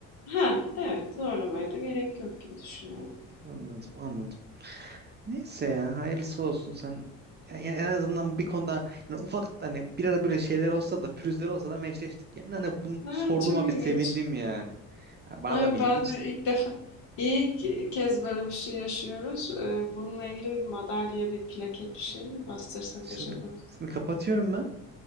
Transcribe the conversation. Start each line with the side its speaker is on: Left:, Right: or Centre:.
Left: Ha, evet zorlamaya da gerek yok gibi düşünüyorum.
Right: anladım anladım Neyse ya hayırlısı olsun sen yani en azından bir konuda yani ufak hani bir ara böyle şeyler olsa da pürüzler olsa da meşleştik yani hani bunu
Left: Ha,
Right: sorduğuma
Left: çok ilginç.
Right: bir sevindim yani. Ha, Bana
Left: Evet,
Right: da bir
Left: ben
Right: ilginçti.
Left: de ilk defa ilk kez böyle bir şey yaşıyoruz. Ee, Bununla ilgili bir madalya, bir plaket bir şey mi bastırsak
Right: Şimdi,
Left: acaba? <laughs>
Right: şimdi kapatıyorum ben.